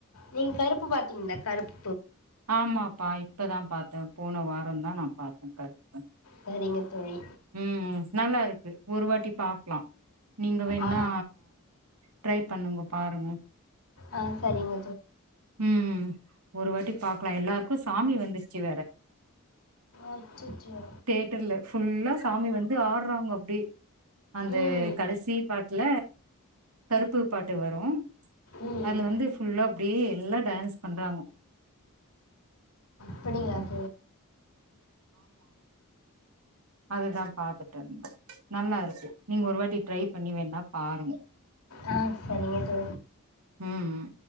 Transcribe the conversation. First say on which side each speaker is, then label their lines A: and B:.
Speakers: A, on the left; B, on the right.
A: நீங்கள் கருப்பு பாத்தீங்களா கருப்பு
B: ஆமாப்பா இப்பதா பாத்தே போன வாரோம்தா நா பாத்தேன் பாத்தே
A: சரிங்க தோழி
B: ம் நல்லா இருக்கு ஒரு வாட்டி பாக்கலாம் நீங்க வேனா
A: ஆ
B: டரை பண்ணுங்க பாருங்க
A: ஆ செரிங்க
B: ம் ம் ஒரு வாட்டி பாக்கலா எல்லாருக்கு சாமி வந்துட்ச்சு வேற
A: அச்சச்சோ
B: தேட்டர்ல ஃபுல்லா சாமி வந்து ஆட்றாங்க அப்டியே அந்த
A: ம்
B: கடைசி பாட்ல கருப்பு பாட்டு வரு
A: ம்
B: அதுல வந்து ஃபுல்லா அப்டியே எல்லா டா டான்ஸ் பண்றாங்க
A: அப்டிங்களா <inaudible>
B: அதுதான் பாத்துட்டேன் நல்லா இருக்கு நீங்க ஒரு வாட்டி ட்ரை பண்ணி வேணா பாருங்க
A: ஆ செரிங்க ஜோ
B: ம்